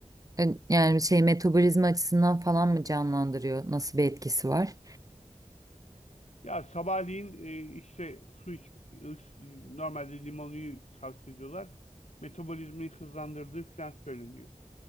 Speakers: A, on the right (about 25°); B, on the left (about 55°).
A: E, Yani şey metabolizma açısından falan mı canlandırıyor? Nasıl bir etkisi var?
B: Ya sabahleyin e, işte su iç, ılık, su- normalde limonluyu tavsiye ediyorlar. Metabolizmayı hızlandırdığı falan söyleniyor.